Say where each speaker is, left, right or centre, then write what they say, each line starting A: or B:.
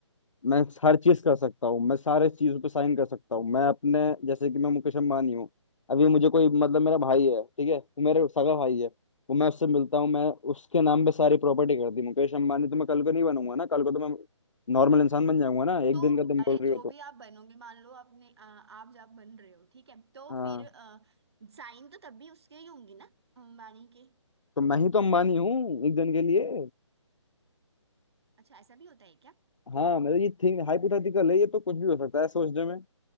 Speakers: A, on the left; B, on the right.
A: मैं हर चीज कर सकता हूँ मैं सारे चीजों पे साइन कर सकता हूँ मैं अपने जैसे कि मैं मुकेश अंबानी हूँ अभी मुझे कोई मतलब मेरा भाई है ठीक है वो मेरे सगा भाई है वो मैं उससे मिलता हूँ मैं उसके नाम पे सारी प्रॉपर्टी कर दी मुकेश अंबानी तो मैं कल को नहीं बनूंगा ना कल को तो मैं नॉर्मल इंसान बन जाऊंगा ना एक
B: तो
A: दिन का तुम
B: अरे
A: बोल रही
B: जो
A: हो तो
B: भी आप बनोगे मान लो आपने अ, आप जब बन रहे हो ठीक है तो
A: हाँ
B: फिर साइन तो तब भी उसके ही होंगे ना अंबानी के
A: तो मैं ही तो अंबानी हूँ एक दिन के लिए
B: अच्छा ऐसा भी होता है क्या
A: हाँ मतलब ये थिंग हाइपोथेटिकल है ये तो कुछ भी हो सकता है सोचने में